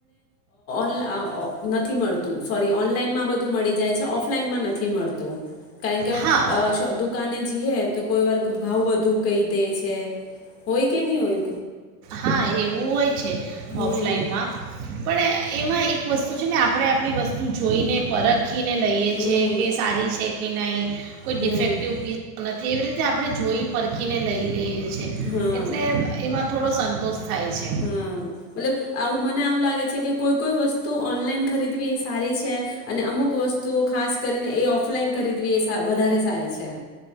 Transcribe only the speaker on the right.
હા
હા એવું હોય છે.
ઓફલાઈનમાં પણ એમાં એક વસ્તુ છે ને આપણે આપણી વસ્તુ જોઈને પરત. આખીને લઈએ
છીએ કે સારી છે. એના કોઈ
ડિફેક્ટિવ પીસ પન નથી. તેવી રીતે આપણે જોઈ પરખીને લઈ લઈએ.
એટલે એમાં થોડો સંતોષ. થાય છે